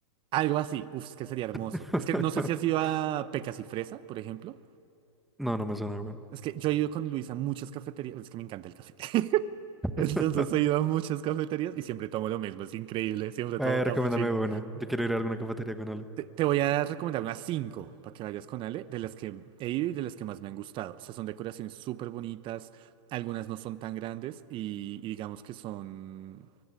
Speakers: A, on the right; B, in the centre.
A: Algo así. Uf, es que sería hermoso.
B: <laughs>
A: Es que no sé si has ido a Pecas y Fresa, por ejemplo.
B: No, no me suena, weón.
A: Es que yo he ido con Luis a muchas cafeterías, es que me encanta el café. <laughs>
B: <laughs>
A: Entonces he ido a muchas cafeterías y siempre tomo lo mismo, es increíble, siempre
B: Eh,
A: tomo
B: recomiéndame
A: cappuccino.
B: buena. Yo quiero ir a alguna cafetería con Ale.
A: Te, te voy a recomendar unas cinco para que vayas con Ale, de las que he ido y de las que más me han gustado. O sea, son decoraciones súper bonitas, algunas no son tan grandes y, y digamos que son,